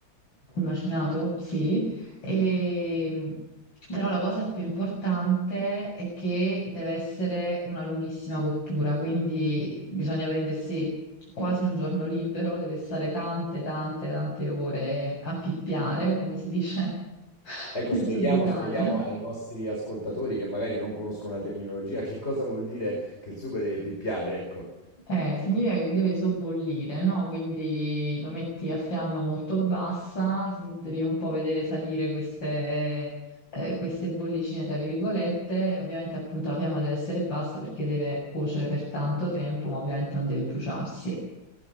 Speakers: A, on the left; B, on the left.
A: il macinato, sì, e, però la cosa più importante è che deve essere una lunghissima cottura, quindi bisogna prendersi quasi un giorno libero, deve stare tante, tante, tante ore a pippiare, come si dice <laughs>
B: Ecco,
A: nel
B: spieghiamo,
A: sud Italia.
B: spieghiamo ai nostri ascoltatori che magari non conoscono la terminologia che cosa vuol dire che il sugo deve pippiare, ecco.
A: Eh, significa che deve sobbollire, no? Quindi lo metti a fiamma molto bassa, devi un po' vedere salire queste, eh, queste bollicine, tra virgolette, e ovviamente appunto la fiamma deve essere bassa perché deve cuocere per tanto tempo, ma ovviamente non deve bruciarsi.